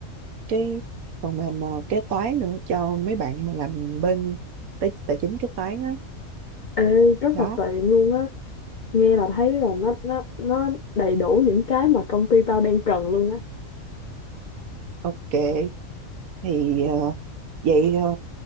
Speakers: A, on the right; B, on the left.
A: cái phần mềm mà kế toán nữa cho mấy bạn mà làm bên tài, tài chính kế toán á
B: ê, rất
A: đó.
B: là tiện luôn á nghe là thấy là nó nó nó đầy đủ những cái mà công ty tao đang cần luôn á
A: ok thì ờ, vậy ờ,